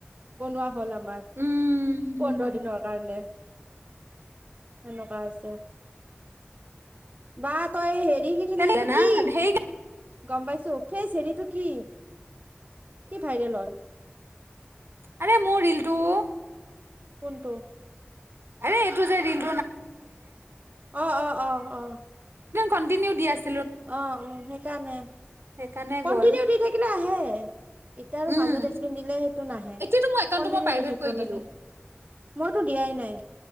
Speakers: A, on the right; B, on the right.
A: বনোৱা হ'ল আমাৰ
B: উম
A: পোন্ধৰ দিনৰ কাৰণে। এনেকুৱা হৈছে। বাহ ত সেই দে গছিলে
B: তেনেহলে
A: এইটো
B: না
A: কি?
B: ধেই
A: গম পাইছো উফে হেৰিটো কি? কি ভাইৰেল হল?
B: আৰে মোৰ ৰিলটো অ।
A: কোনটো?
B: এইটো যে ৰীল
A: অঁ অঁ অঁ আহ
B: কণ্টিনিউ দি আছে।
A: অঁ, উম সেইকাৰণে।
B: সেইকাৰণে
A: কণ্টিনিউ
B: গ'ল
A: দি থাকিলে আহি সেয়ে এতিয়া আৰু
B: উম
A: মাজত একদিন দিলে সেইটো নাহে।
B: এতিয়াতো মই একাউণ্টটো
A: কন্টিনিউ
B: মই প্ৰাইভেট
A: দি থাকব
B: কৰি
A: লাগে।
B: দিলো
A: মইতো দিয়াই নাই।